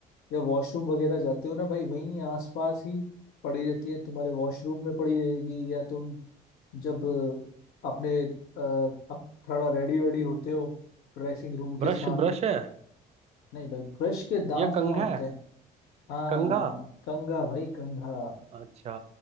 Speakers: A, on the left (about 65°); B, on the right (about 40°).
A: या वॉशरूम वगैरह जाते हो ना भाई वहीं आसपास ही पड़ी रहती है तुम्हारे वॉशरूम में पड़ी रहेगी या तुम जब अ, अपने अ, अप- थोड़ा रेडी वेडी होते हो ड्रेसिंग रूम के
B: ब्रश
A: सामने
B: ब्रश है
A: नहीं भाई ब्रश के दांत
B: या कंघा
A: कहाँ होते
B: है
A: हैं हाँ
B: कंघा
A: कंघा भाई कंघा
B: अच्छा